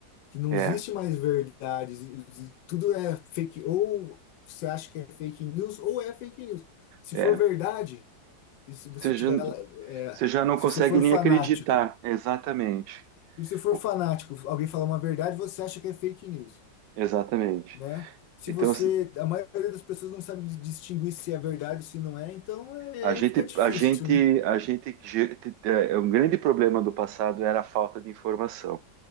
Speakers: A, on the left; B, on the right.
A: Que não
B: é,
A: existe mais verdade, exi- tudo é fake, ou você acha que é fake news, ou é fake news. Se
B: é.
A: for verdade, e se você
B: Você
A: tiver,
B: já,
A: é,
B: você já não
A: se
B: consegue
A: você for
B: nem
A: fanático
B: acreditar. Exatamente.
A: Se você for
B: O-
A: fanático, alguém falar uma verdade, você acha que é fake news,
B: Exatamente.
A: né? Se
B: Então,
A: você, a maioria das pessoas não sabe di- distinguir se é verdade ou se não é, então é,
B: A
A: aí
B: gente,
A: fica difícil,
B: a gente,
A: né?
B: a gente, ge- é, um grande problema do passado era a falta de informação.